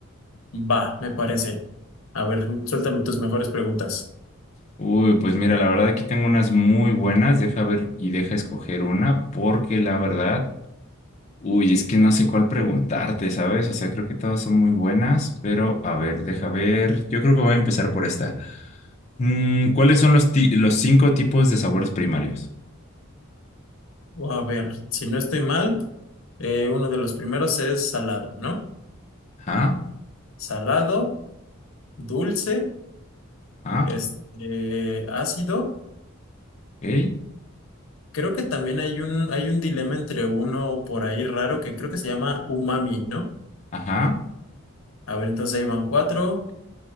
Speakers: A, on the left; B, on the left.
A: va, me parece. A ver, suéltame tus mejores preguntas.
B: Uy, pues mira, la verdad aquí tengo unas muy buenas. Deja ver y deja escoger una, porque la verdad Uy, es que no sé cuál preguntarte, ¿sabes? O sea, creo que todas son muy buenas, pero a ver, deja ver. Yo creo que voy a empezar por esta. Mm, ¿cuáles son los, ti- los cinco tipos de sabores primarios?
A: A ver, si no estoy mal, eh, uno de los primeros es salado, ¿no?
B: Ajá,
A: Salado, dulce,
B: ajá,
A: este, ácido.
B: ok,
A: Creo que también hay un, hay un dilema entre uno por ahí raro que creo que se llama umami, ¿no?
B: ajá.
A: A ver, entonces ahí van cuatro.